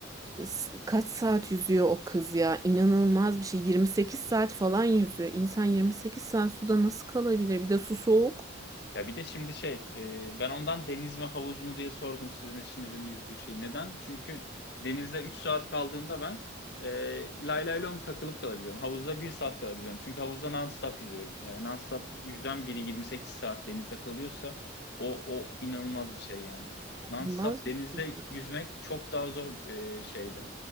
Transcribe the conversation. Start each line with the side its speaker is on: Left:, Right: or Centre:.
Right: e, s- kaç saat yüzüyor o kız ya? İnanılmaz bir şey. 28 saat falan yüzüyor. İnsan 28 saat suda nasıl kalabilir? Bir de su soğuk.
Left: Ya bir de şimdi şey, e, ben ondan deniz mi havuz mu diye sordum sizin eşinizin yüzdüğü şeyi. Neden? Çünkü denizde 3 saat kaldığımda ben e, lay lay lom takılıp kalabiliyorum. Havuzda bir saat kalabiliyorum. Çünkü havuzda non-stop yüzüyorum. Yani non-stop yüzen biri 28 saat denizde kalıyorsa o, o inanılmaz bir şey yani. Non-stop
Right: Olmaz
Left: denizde
Right: bir şey.
Left: yüzmek çok daha zor e, şeyde.